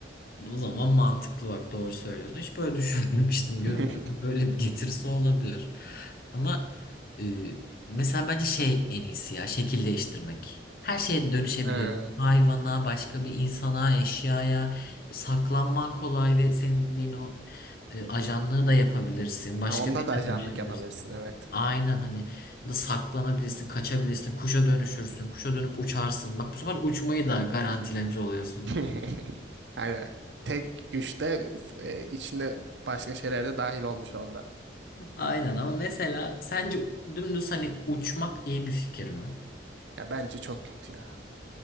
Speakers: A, on the left; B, on the right.
A: O zaman mantıklı bak doğru söylüyorsun. Hiç böyle <laughs> düşünmemiştim. Görünmezlik
B: <laughs>
A: böyle bir getirisi olabilir. Ama e, mesela bence şey en iyisi ya şekil değiştirmek. Her şeye dönüşebiliyorsun.
B: Ha,
A: Hayvana, başka bir insana, eşyaya e, saklanman kolay ve senin dediğin o e, ajanlığı da yapabilirsin. Başka
B: ha, onda
A: birine
B: da ajanlık
A: dönüşebilirsin.
B: yapabilirsin evet.
A: Aynen hani ya da saklanabilirsin, kaçabilirsin, kuşa dönüşürsün, kuşa dönüp uçarsın. Bak bu sefer uçmayı da garantilemiş oluyorsun.
B: <laughs> Aynen. Tek güçte e, içine başka şeyler de dahil olmuş oldu.
A: Aynen ama mesela sence dümdüz hani uçmak iyi bir fikir mi?
B: Ya bence çok kötü ya.